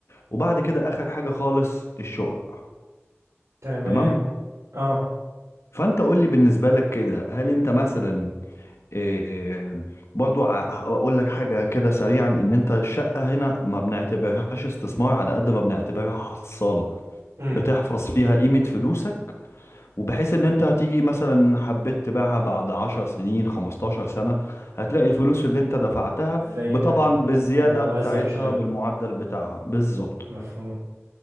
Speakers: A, on the left; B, on the right.
A: وبعد كده آخر حاجة خالص الشقق
B: تمام
A: تمام
B: اه
A: فأنت قول لي بالنسبة لك كده هل أنت مثلا إيه برضو ع- هقول لك حاجة كده سريعا إن أنت الشقة هنا ما بنعتبرهاش استثمار على قد ما بنعتبرها حصالة
B: امم.
A: بتحفظ فيها قيمة فلوسك وبحيث ان انت هتيجي مثلا حبيت تبيعها بعد عشر سنين خمستاشر سنة هتلاقي الفلوس اللي انت دفعتها
B: زي ما
A: طبعا
B: هي
A: بالزيادة
B: مثلا او
A: بتاعتها
B: ازيد شويه
A: بالمعدل بتاعها بالظبط
B: مفهوم